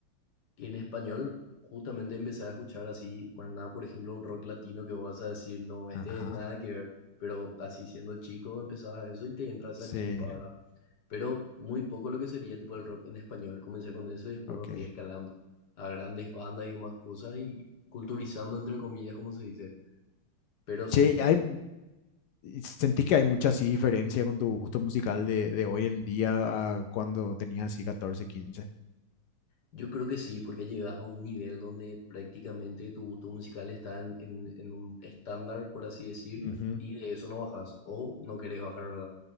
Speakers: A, on the left; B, on the left.
A: Y en español, justamente empecé a escuchar así, más nada, por ejemplo, un rock latino que vos vas a decir, no, este
B: Ajá,
A: nada que ver, pero así siendo chico empezabas a eso y te entra esa
B: sí,
A: chispa, ¿verdad? Pero muy poco lo que sería tipo el rock en español. Comencé con eso y después
B: ok.
A: me fui escalando a grandes bandas y demás cosas y culturizando, entre comillas, como se dice. Pero sí.
B: Che, hay, ¿sentís que hay mucha así diferencia con tu gusto musical de, de hoy en día a cuando tenías así catorce quince
A: Yo creo que sí, porque llegas a un nivel donde prácticamente tu gusto musical está en, en- en un estándar, por así decir,
B: Ujú,
A: y de eso no bajas, o no querés bajar, ¿verdad?